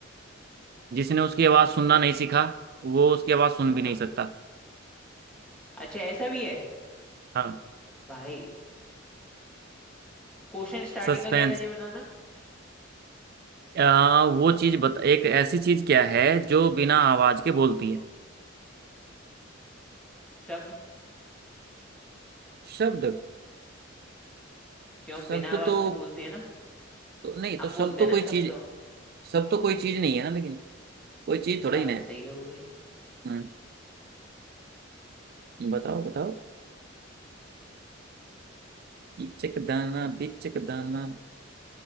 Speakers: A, on the right (about 50°); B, in the centre.
A: जिसने उसकी आवाज़ सुनना नहीं सीखा वो उसकी आवाज़ सुन भी
B: हाँ
A: नहीं सकता
B: अच्छा ऐसा भी है
A: हाँ
B: भाई क्वेश्चन स्टार्टिंग
A: सस्पेंस
B: का क्या था ये बनाना
A: आ, वो चीज़ बता एक ऐसी चीज़ क्या है जो बिना आवाज़ के बोलती है
B: शब्द
A: शब्द
B: क्यों
A: शब्द
B: बिना आवाज
A: तो,
B: के बोलती है ना
A: तो नहीं तो
B: हम
A: शब्द
B: बोलते
A: तो
B: हैं ना
A: कोई
B: शब्द
A: चीज
B: तो
A: शब्द तो कोई चीज नहीं है ना लेकिन कोई
B: <laughs>
A: चीज थोड़ा
B: बात
A: ही ना है
B: तो सही है हुई
A: हम्म बताओ बताओ इचक दाना बिचक दाना